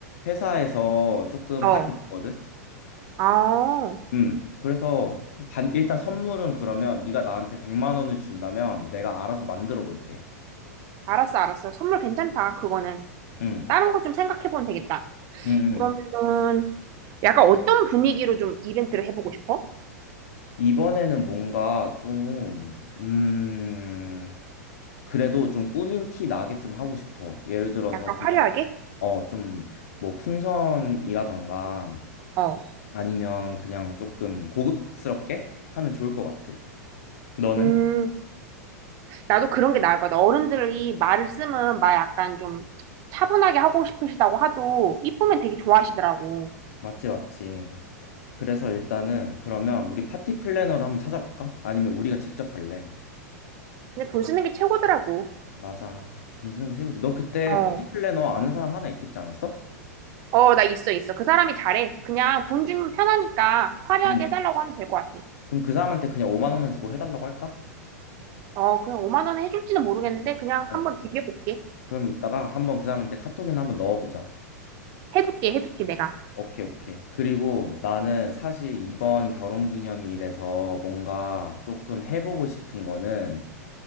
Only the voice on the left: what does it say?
회사에서 조금 할인
있거든?
음, 그래서 반, 일단 선물은 그러면 네가 나한테 100만 원을 준다면 내가 알아서 만들어 볼게.
응,
응,
이번에는 뭔가 좀, 음, 그래도 좀 꾸민 티 나게 좀 하고 싶어. 예를 들어서
그냥,
어, 좀, 뭐, 풍선이라던가
아니면 그냥 조금 고급스럽게 하면 좋을 것 같아. 너는?
맞지, 맞지. 그래서 일단은 그러면 우리 파티 플래너를 한번 찾아볼까? 아니면 우리가 직접 할래?
맞아. 돈 쓰는 게 최고지. 너 그때
파티 플래너 아는 사람 하나 있겠지 않았어?
응.
그럼 그 사람한테 그냥 5만 원만 주고 해달라고 할까?
어.
그럼 이따가 한번 그 사람한테 카톡이나 한번 넣어보자.
오케이, 오케이. 그리고 나는 사실 이번 결혼기념일에서 뭔가 조금 해보고 싶은 거는